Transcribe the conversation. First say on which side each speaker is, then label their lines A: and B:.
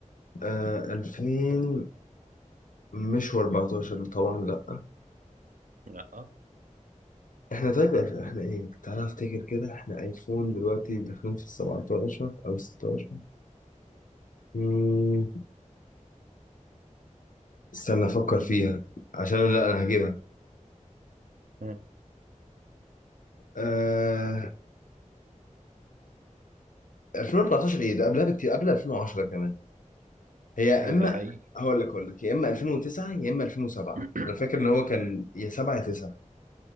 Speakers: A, on the left; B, on the right.
A: آه 2000 مش و14 طبعا لا
B: لا
A: احنا طيب احنا إحنا ايه تعالى افتكر كده احنا ايفون دلوقتي داخلين في السبعتاشر او ستاشر مم، استنى افكر فيها عشان لا انا هجيبها
B: مم.
A: آه... 2014 ايه ده قبلها بكتير قبل 2010 كمان هي يا
B: لا
A: اما
B: حقيقي
A: هقول لك هقول لك يا اما 2009 يا اما 2007
B: <clears throat>
A: انا فاكر ان هو كان يا 7 يا 9